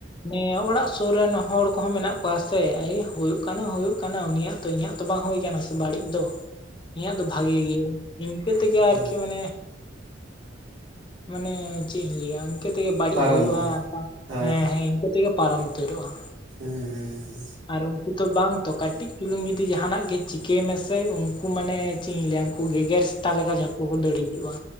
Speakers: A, on the left (about 25°); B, on the right (about 75°).
A: ᱱᱮ ᱚᱲᱟᱜ ᱥᱩᱨ ᱨᱮᱱ ᱦᱚᱲ ᱠᱚᱦᱚᱸ ᱢᱮᱱᱟᱜ ᱠᱚᱣᱟ ᱥᱮ ᱟᱭᱮ ᱦᱩᱭᱩᱜ ᱠᱟᱱᱟ ᱦᱩᱭᱩᱜ ᱠᱟᱱᱟ ᱩᱱᱤᱭᱟᱜ ᱛᱚ ᱤᱧᱟᱜ ᱛᱚ ᱵᱟᱝ ᱦᱩᱭ ᱟᱠᱟᱱᱟ ᱥᱮ ᱵᱟᱹᱲᱤᱡ ᱫᱚ
B: <inaudible>
A: ᱤᱧᱟᱜ ᱫᱚ ᱵᱷᱟᱹᱜᱤ ᱜᱮᱭᱟ ᱤᱱᱠᱟᱹ ᱛᱮᱜᱮ
B: ᱦᱮᱸ
A: ᱟᱨᱠᱤ ᱢᱟᱱᱮ ᱢᱟᱱᱮ ᱪᱮᱫ ᱤᱧ ᱞᱟᱹᱭᱟ ᱤᱱᱠᱟᱹ ᱛᱮᱜᱮ ᱵᱟᱹᱲᱤᱡ
B: ᱯᱟᱨᱚᱢᱚᱜᱼᱟ
A: ᱦᱩᱭᱩᱜ-ᱟ
B: ᱦᱳᱭ
A: ᱦᱮᱸ ᱦᱮᱸ ᱤᱱᱠᱟᱹ ᱛᱮᱜᱮ ᱯᱟᱨᱚᱢ ᱩᱛᱟᱹᱨᱚᱜ-ᱟ
B: ᱦᱩᱸ ᱦᱩᱸ ᱦᱩᱸ
A: ᱟᱨ ᱩᱱᱠᱩ ᱛᱚ ᱵᱟᱝ ᱛᱚ ᱠᱟᱹᱴᱤᱡ ᱪᱩᱞᱩᱝ ᱡᱩᱫᱤ ᱡᱟᱦᱟᱱᱟᱜ ᱜᱮ ᱪᱤᱠᱟᱹᱭ ᱢᱮᱥᱮ ᱩᱱᱠᱩ ᱢᱟᱱᱮ ᱪᱮᱫ ᱤᱧ ᱞᱟᱹᱭᱟ ᱜᱮᱜᱮᱨ ᱥᱮᱛᱟ ᱞᱮᱠᱟ ᱡᱷᱚᱛᱚ ᱠᱚ ᱫᱟᱹᱲ ᱦᱤᱡᱩᱜ-ᱟ